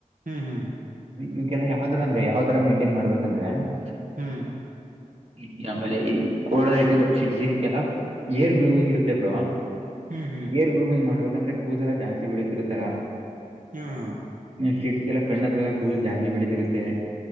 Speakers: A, on the right; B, on the right.
A: ಹ್ಮ್, ಹ್ಮ್. <inaudible>
B: ಯೂಕಲ್ಲ ಯಾವುದೆಂದರೆ, ಅಂದ್ರೆ ಯಾವ್ ತರ ಮೇಂಟೈನ್ ಮಾಡ್ಬೇಕಂದ್ರೆ? <inaudible>
A: ಹ್ಮ್. <inaudible>
B: <unintelligible> <inaudible> ಈ, ಆಮೇಲೆ ಈ ಕೋಡಟ್ಟ, ಸಿವಕ್ಕೆಲ್ಲಾ, ಏರ್ ಗ್ರೂಮಿಂಗ್, ಇರುತ್ತೆ, ಬ್ರೋ? <inaudible>
A: ಹ್ಮ್, ಹ್ಮ್.
B: ಸರಿ,
A: <inaudible>
B: ಗೂಮಿಂಗ್ ಮಾಡ್ಬೇಕಂದ್ರೆ! ಕೂದೆಲ್ಲಾ ಜಾಸ್ತಿ, ಬೆಳಿತಿರುತ್ತಲ್ಲ? <inaudible>
A: ಹಾ, ಹಾ. <inaudible>
B: ಶಿಡ್ಸ್, ಎಲ್ಲ ಕಣ್ಣತ್ರಲ್ಲ, ಕೂದಲು, ಜಾಸ್ತಿ ಬೆಳೆತಿರುತ್ತೆ? <inaudible>